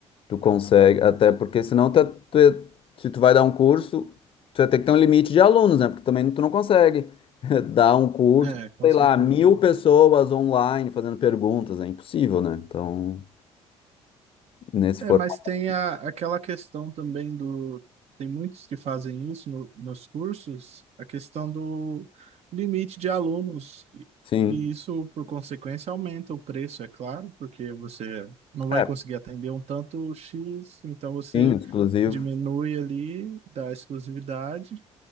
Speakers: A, on the left (about 45°); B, on the right (about 60°).
A: Tu consegue, até porque senão tu, é- tu é- se tu vai dar um curso, tu vai ter que ter um limite de alunos, né? Porque também tu não consegue <laughs> dar um curso,
B: é, com
A: sei
B: certeza.
A: lá, mil pessoas online fazendo perguntas, é impossível, né? Então, nesse
B: É,
A: formato,
B: mas tem a, aquela questão também do. Tem muitos que fazem isso no- nos cursos, a questão do limite de alunos. E,
A: sim.
B: e isso, por consequência, aumenta o preço, é claro, porque você não vai
A: É,
B: conseguir atender um tanto X, então você
A: sim, exclusivo.
B: diminui ali da exclusividade.